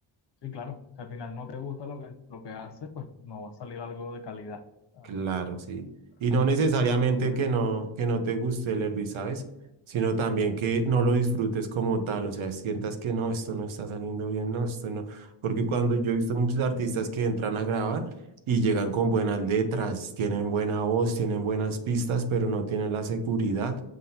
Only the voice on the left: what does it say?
Sí, claro. Si al final no te gusta lo que, lo que haces, pues no va a salir algo de calidad. O
sea,
eh, siempre va a importar
eso.